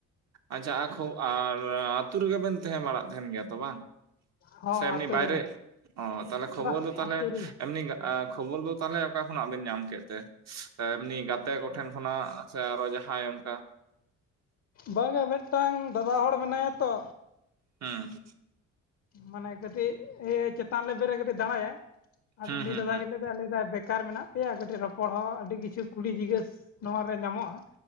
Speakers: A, on the right; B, on the left.
A: ᱟᱪᱪᱷᱟ ᱟᱨ ᱠᱷᱚᱵ, ᱟᱨ ᱟᱹᱛᱩ ᱨᱮᱜᱮ ᱵᱮᱱ ᱛᱟᱦᱮᱸ ᱵᱟᱲᱟᱜ ᱛᱟᱸᱦᱮᱱ ᱜᱮᱭᱟ ᱛᱚ ᱵᱟᱝ?
B: ᱦᱚᱸ
A: ᱥᱮ ᱮᱢᱱᱤ
B: ᱟᱹᱛᱩ
A: ᱵᱟᱭᱨᱮ?
B: ᱨᱮᱜᱮ
A: ᱚ ᱛᱟᱦᱞᱮ ᱠᱷᱚᱵᱚᱨ
B: ᱵᱟ
A: ᱫᱚ ᱛᱟᱦᱞᱮ
B: ᱟᱹᱛᱩ ᱨᱮᱜᱮ
A: ᱮᱢᱱᱤ ᱮᱸᱻ ᱠᱷᱚᱵᱚᱨ ᱫᱚ ᱛᱟᱦᱞᱮ ᱚᱠᱟ ᱠᱷᱚᱱᱟᱜ ᱵᱮᱱ ᱧᱟᱢ ᱠᱮᱫ ᱛᱮ? ᱮᱢᱱᱤ ᱜᱟᱛᱮ ᱠᱚᱴᱷᱮᱱ ᱠᱷᱚᱱᱟᱜ ᱥᱮ ᱟᱨᱚ ᱡᱟᱦᱟᱸᱭ ᱚᱱᱠᱟ?
B: ᱵᱟᱝᱟ ᱢᱤᱫᱴᱟᱝ ᱫᱟᱫᱟ ᱦᱚᱲ ᱢᱮᱱᱟᱭᱟ ᱛᱚ᱾
A: ᱦᱩᱸ᱾
B: ᱢᱟᱱᱮ ᱠᱟᱹᱴᱤᱡ ᱤᱭᱟᱹ ᱪᱮᱛᱟᱱ ᱞᱮᱵᱨᱮ ᱨᱮ ᱠᱟᱹᱴᱤᱡ ᱫᱟᱬᱟᱭᱟᱭ, ᱟᱫᱚ
A: ᱦᱩᱸ
B: ᱩᱱᱤ
A: ᱦᱩᱸ
B: ᱫᱟᱫᱟ
A: ᱦᱩᱸ
B: ᱜᱮᱞᱮ ᱞᱟᱹᱭᱫᱟᱭ ᱵᱮᱠᱟᱨ ᱢᱮᱱᱟᱜ ᱯᱮᱭᱟ ᱠᱟᱹᱴᱤᱡ ᱨᱚᱯᱚᱲ ᱦᱚᱸ ᱟᱹᱰᱤ ᱠᱤᱪᱷᱩ ᱠᱩᱞᱤ ᱡᱤᱜᱟᱹᱥ ᱱᱚᱣᱟᱨ ᱨᱮ ᱧᱟᱢᱚᱜ-ᱟ,